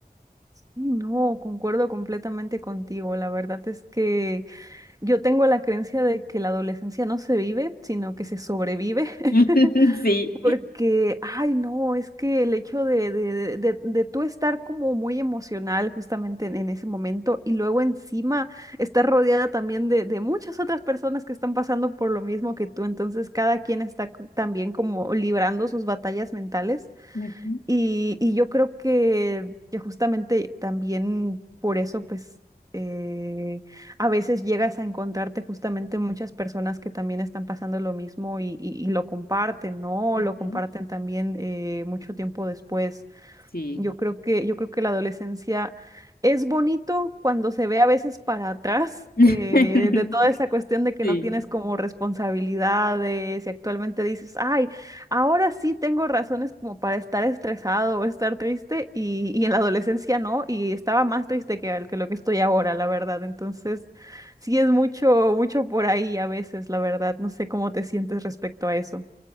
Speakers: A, on the right; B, on the left.
A: Sí, No, concuerdo completamente contigo. La verdad es que Yo tengo la creencia de que la adolescencia no se vive, sino que se sobrevive, <laughs>
B: <laughs> Sí.
A: porque, ay, no, es que el hecho de, de, de, de- de tú estar como muy emocional justamente en, en ese momento y luego encima estar rodeada también de, de muchas otras personas que están pasando por lo mismo que tú, entonces cada quien está co- también como librando sus batallas mentales.
B: Ujú,
A: Y, y yo creo que, que justamente también por eso, pues, eh, a veces llegas a encontrarte justamente muchas personas que también están pasando lo mismo y, y- y lo comparten, ¿no?
B: ujú.
A: Lo comparten también eh, mucho tiempo después.
B: Sí.
A: Yo creo que, yo creo que la adolescencia es bonito cuando se ve a veces para atrás
B: <laughs>
A: eh, de toda esa cuestión de que
B: Sí.
A: no tienes como responsabilidades y actualmente dices, ay, ahora sí tengo razones como para estar estresado o estar triste y, y en la adolescencia no, y estaba más triste que, al- que lo que estoy ahora, la verdad. Entonces, sí es mucho, mucho por ahí a veces, la verdad. No sé cómo te sientes respecto a eso.